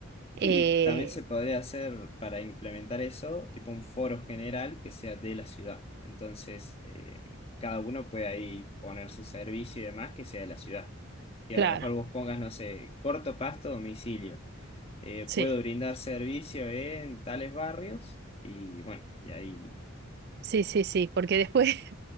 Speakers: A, on the right (about 55°); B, on the left (about 30°).
A: Eh,
B: Sí, también se podría hacer para implementar eso, tipo un foro general que sea de la ciudad. Entonces, eh, cada uno puede ahí poner su servicio y demás que sea de la ciudad. Que
A: claro,
B: a lo mejor vos pongas, no sé, corto pasto, domicilio. Eh,
A: sí,
B: puedo brindar servicio en tales barrios y bueno, y ahí,
A: sí, sí, sí, porque después, <laughs>